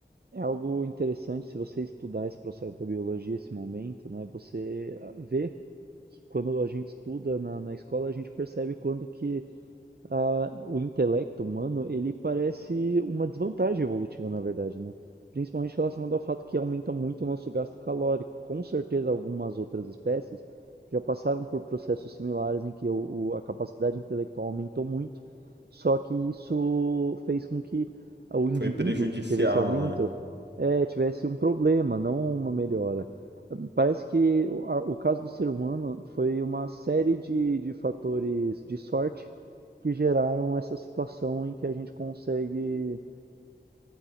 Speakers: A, on the right; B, on the right.
A: é algo interessante se você estudar esse processo da biologia, esse momento, né? Você ah, vê que quando a gente estuda na, na escola, a gente percebe quando que a- o intelecto humano, ele parece uma desvantagem evolutiva, na verdade, né? Principalmente relacionado ao fato que aumenta muito o nosso gasto calórico. Com certeza, algumas outras espécies já passaram por processos similares em que o, o- a capacidade intelectual aumentou muito, só que isso fez com que o indivíduo
B: Foi prejudicial,
A: que teve esse aumento
B: né?
A: eh, tivesse um problema, não uma melhora. Parece que o, a- o caso do ser humano foi uma série de, de fatores de sorte que geraram essa situação em que a gente consegue